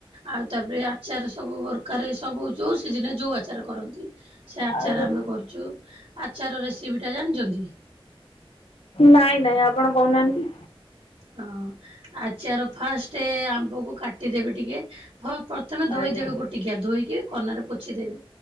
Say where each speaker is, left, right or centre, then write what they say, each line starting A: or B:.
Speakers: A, on the right; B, on the left.
A: ଆଉ ତାପରେ ଆଚାର ସବୁ ପ୍ରକାର ସବୁ ଯୋଉ ସିଜନରେ ଯୋଉ ଆ ଆଚାର କରନ୍ତି ସେ ଆଚାର
B: ଆଜ୍ଞା
A: ଆମେ କରୁଚୁ ଆଚାର ରେସିପିଟା ଜାଣିଛନ୍ତି?
B: ନାଇଁ ନାଇଁ ଆପଣ କହୁନାହାନ୍ତି।
A: ହଁ ଆଚାର ଫାଷ୍ଟ ଆମ୍ବକୁ କାଟିଦେବେ ଟିକେ ଫ ପ୍ର ତମେ ଧୋଇଦେବେ
B: ଆଜ୍ଞା
A: ଗୋଟିକିଆ ଧୋଇକି କନାରେ ପୋଛିଦେବେ